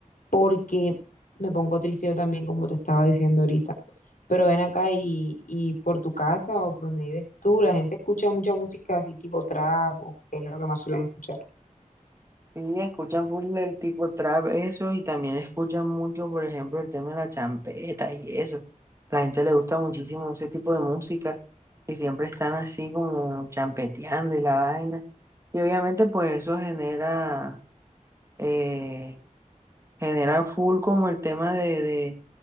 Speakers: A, on the left; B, on the right.
A: porque me pongo triste yo también, como te estaba diciendo ahorita. Pero ven acá y, y por tu casa o por donde vives tú, la gente escucha mucha música así tipo trap, o que es lo que más suelen escuchar.
B: Sí, escuchan full el tipo trap, eso, y también escuchan mucho, por ejemplo, el tema de la champeta y eso. La gente le gusta muchísimo ese tipo de música y siempre están así como champeteando y la vaina. Y obviamente pues eso genera, eh, genera full como el tema de, de,